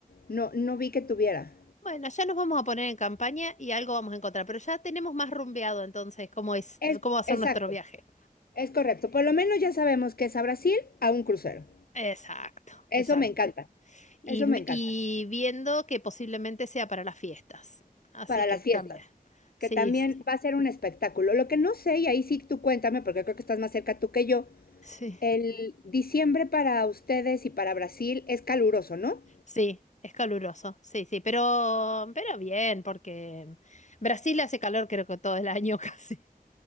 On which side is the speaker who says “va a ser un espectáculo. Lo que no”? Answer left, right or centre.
Left